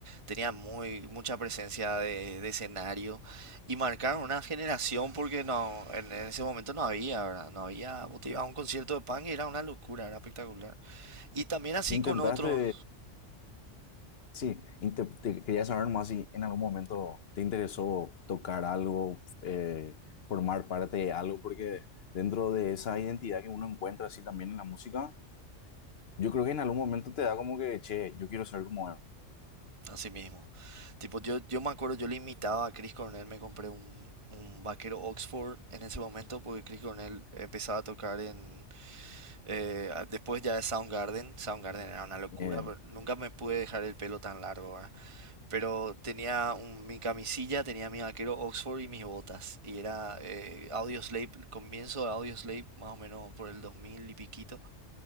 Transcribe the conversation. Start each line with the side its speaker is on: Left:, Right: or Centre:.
Right: tenían muy, mucha presencia de, de escenario y marcaron una generación porque no, en, en ese momento no había, ¿verdad? No había, vos te ibas a un concierto de punk y era una locura, era espectacular. Y también así
Left: Intentaste,
Right: con otros,
Left: sí, inte- te quería saber más si en algún momento te interesó tocar algo, eh, formar parte de algo, porque dentro de esa identidad que uno encuentra así también en la música, yo creo que en algún momento te da como que, che, yo quiero ser como él.
Right: así mismo. Tipo, yo, yo me acuerdo, yo le imitaba a Chris Cornell, me compré un, un vaquero Oxford en ese momento porque Chris Cornell empezaba a tocar en Eh, a- después ya de Soundgarden, Soundgarden era una locura,
Left: Eh,
Right: pero nunca me pude dejar el pelo tan largo, ¿verdad? Pero tenía un- mi camisilla, tenía mi vaquero Oxford y mis botas. Y era eh, Audioslave, comienzo de Audioslave, más o menos por el 2000 y piquito.